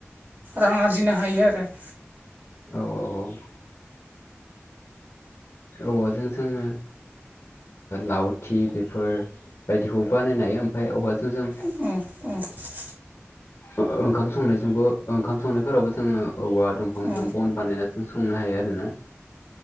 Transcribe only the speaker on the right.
रां आरजिनो हायो आरो।
अ औ।
औ